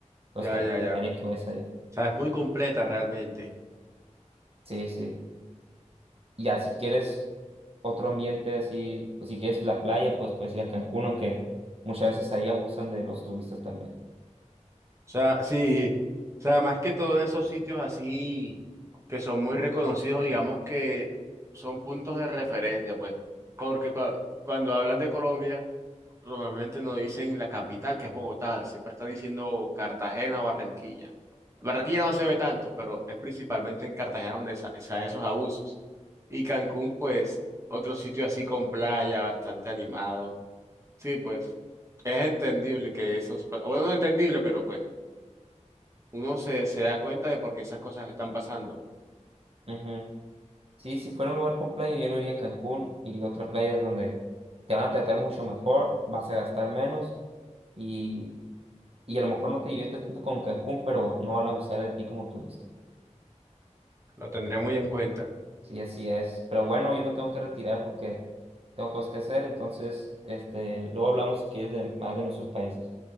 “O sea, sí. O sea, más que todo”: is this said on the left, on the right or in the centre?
Right